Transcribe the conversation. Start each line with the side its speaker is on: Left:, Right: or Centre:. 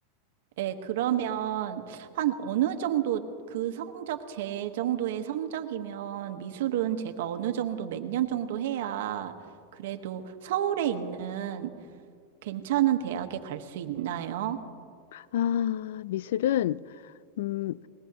Right: 예, 그러면 한 어느 정도 그 성적 제 정도의 성적이면 미술은 제가 어느 정도 몇 년 정도 해야 그래도 서울에 있는 괜찮은 대학에 갈 수 있나요?
Left: 아, 미술은, 음,